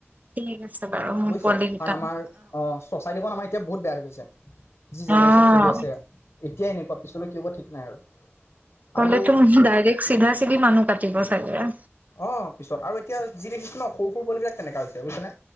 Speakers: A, on the right (about 35°); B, on the left (about 60°).
A: ঠিক আছে। বাৰু মোৰ
B: বুজিছ
A: পোৱালি কেইটা
B: কাৰণ আমাৰ অ চচাইটিখন আমাৰ, এতিয়া বহুত বেয়া হৈ গৈছে। যি জেনেৰেশ্যন
A: অ',
B: চলি আছে এতিয়াই এনেকুৱা পিছলৈ কি হব ঠিক নাই আৰু।
A: কলে
B: আৰু
A: তো ডাইৰেক্ট চিধা চিধি মানুহ কাটিব চাগে।
B: অঁ পিছত আৰু এতিয়া যি দেখিছ ন সৰু সৰু পোৱালি বিলাক তেনেকোৱা হৈছে বুইছেনে।